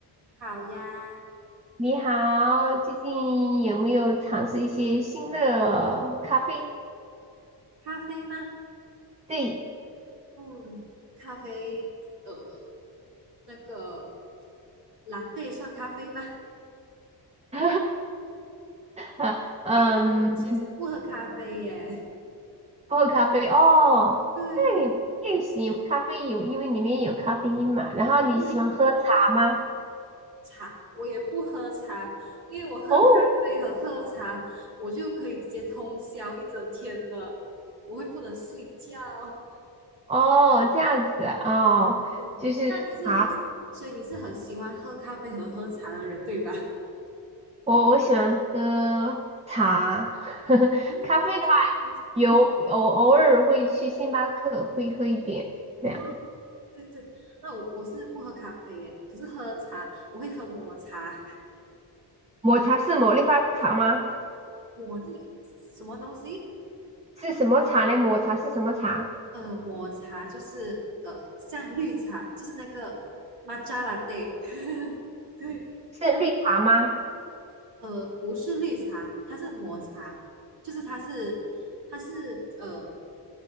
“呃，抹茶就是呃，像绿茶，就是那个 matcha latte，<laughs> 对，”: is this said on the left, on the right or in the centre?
Right